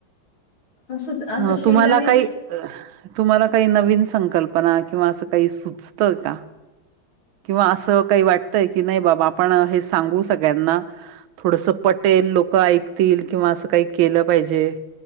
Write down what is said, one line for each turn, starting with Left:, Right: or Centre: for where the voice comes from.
Left: असंच आता
Right: अ
Left: शेजारी
Right: तुम्हाला काही तुम्हाला काही नवीन संकल्पना, किंवा असं काही सुचतं का? किंवा, असं काही वाटतय की नाही बाबा, आपण हे सांगू सगळ्यांना. थोडस पटेल लोकं ऐकतील, किंवा असं काही केलं पाहिजे